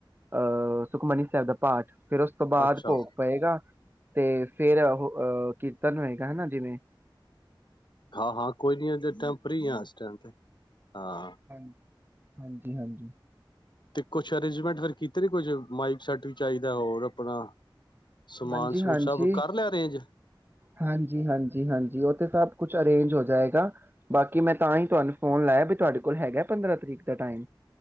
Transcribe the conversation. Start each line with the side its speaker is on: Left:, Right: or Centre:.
Right: ਅਹ ਸੁਖਮਨੀ ਸਾਹਿਬ ਦਾ ਪਾਠ ਫਿਰ ਉਸ ਤੋਂ ਬਾਅਦ
Left: ਅੱਛਾ
Right: ਭੋਗ ਪਏਗਾ। ਤੇ ਫਿਰ ਉਹ ਅਹ ਕੀਰਤਨ ਹੋਏਗਾ ਹਨਾ ਜਿਵੇਂ
Left: ਹਾਂ -ਹਾਂ ਕੋਈ ਨੀ ਉਦੋਂ ਫਰੀ ਆ' ਇਸ ਟਾਈਮ ਤੇ
Right: <inaudible>
Left: ਹਾਂ ਤੇ ਕੁਛ ਅਰੇਂਜਮੈਂਟ ਫਿਰ ਕੀਤੇ ਨੇ ਕੁਝ ਮਾਈਕ ਸੈਟ ਵੀ ਚਾਹੀਦਾ ਹੋਰ ਆਪਣਾ ਸਮਾਨ
Right: ਹਾਂਜੀ
Left: ਸਮੂਨ
Right: -ਹਾਂਜੀ
Left: ਸਭ ਕਰ ਲਿਆ ਅਰੇਂਜ
Right: -ਹਾਂਜੀ ਹਾਂਜੀ -ਹਾਂਜੀ ਉਹ ਸਭ ਕੁਛ ਅਰੇਂਜ ਹੋ ਜਾਏਗਾ ਬਾਕੀ ਮੈਂ ਤਾਂ ਹੀ ਤੁਹਾਨੂੰ ਫੋਨ ਲਾਇਆ ਵੀ ਤੁਹਾਡੇ ਕੋਲ ਹੈਗਾ ਪੰਦਰਾਂ ਤਰੀਕ ਦਾ ਟਾਈਮ